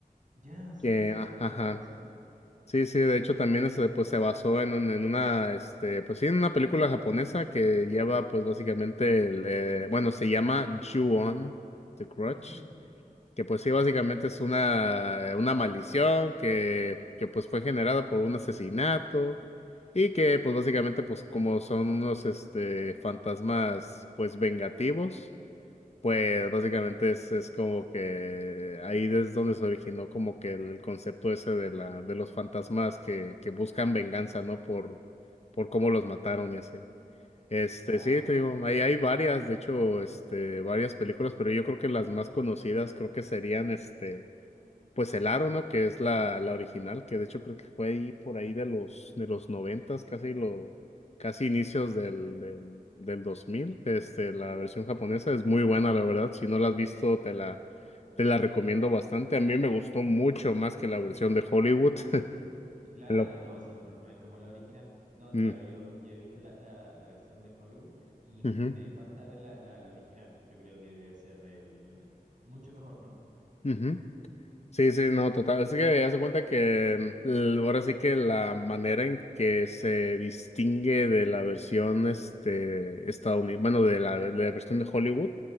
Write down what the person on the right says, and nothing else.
Ya, sí,
sí,
sí, tienes
toda razón.
Ujú.
Claro,
claro,
no, sí, bueno, no hay como la original. No,
claro, yo, yo he visto la, la, la versión de Hollywood y me
falta ver la, la, la original. Yo creo que debe ser del, eh, mucho mejor, ¿no?